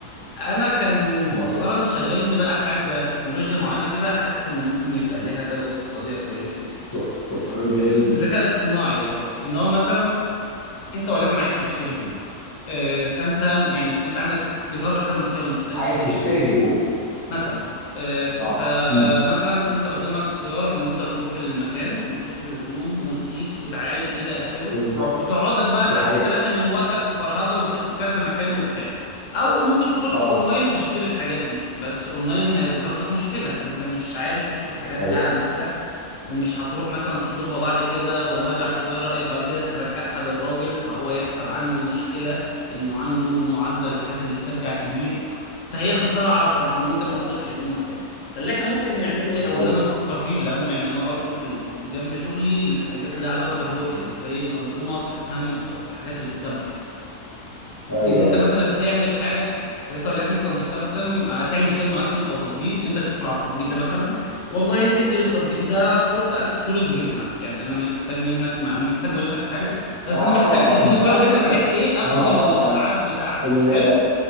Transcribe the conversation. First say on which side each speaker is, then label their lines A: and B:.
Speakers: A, on the left (about 60°); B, on the left (about 20°).
A: انا كان
B: بالظبط
A: مؤخرا شاغلني بقى حاجه تكنولوجيا معينه كده حاسس ان ممكن يبقى ليها جدوى اقتصاديه كويسه يعني
B: تك- تكنولوجيا
A: ف-
B: هي دي
A: ذكاء اصطناعي برضو ان هو مثلا انت وليكن عايز تشتري هدوم آه، فانت يعني انت عندك بيظهر لك كذا مشكله لما تحتاج
B: عايز
A: تشتري
B: تشتري
A: هدوم يعني
B: هدوم
A: مثلا آه،
B: اه
A: فمثلا
B: م.
A: انت قدامك خيار ان انت تروح المكان وتشوف الهدوم وتقيس وتعاين الى اخره
B: بالظبط
A: وتقعد لك بقى
B: ده
A: ساعتين
B: حقيقة
A: ثلاثه من وقتك وفرهده وتلف كذا مكان وبتاع او ممكن تخش
B: اه
A: اونلاين وتشتري الحاجات دي بس اونلاين هيظهر لك مشكله انت مش عارف تشوف الحاجات
B: ده حقيقة
A: دي على نفسك ومش هتروح مثلا تطلبها بعد كده والله بعد كده تغير رأيك وبعد كده ترجعها للراجل فهو يحصل عنده مشكلة انه عنده معدل الحاجات اللي بترجع كبير فهي خسارة على الطرفين وانت ما قضيتش هدومك يعني فاللي احنا ممكن نعمله ايه
B: ده
A: او
B: حقيقة
A: اللي انا بفكر فيه لانه يعني انا برضو جنب شغلي الحاجات اللي لها علاقة بالرؤية ازاي الأنظمة تفهم او الحاجات اللي قدامها يعني
B: ايوه
A: ان انت
B: ايوه
A: مثلا تعمل حاجه انت وليكن كمستخدم آه، تعمل خدمه مثلا او تطبيق انت تدخل على التطبيق ده مثلا والله تدي للتطبيق ده صورتك صوره جسمك يعني انا مش محتاج منك ما مش محتاج وشك في حاجه بس
B: اه
A: انا محتاج تديني
B: انت
A: صوره
B: قصدك
A: جسمك بحيث ايه اخد
B: اه
A: الابعاد
B: اه اه
A: بتاعته
B: ال-
A: حلو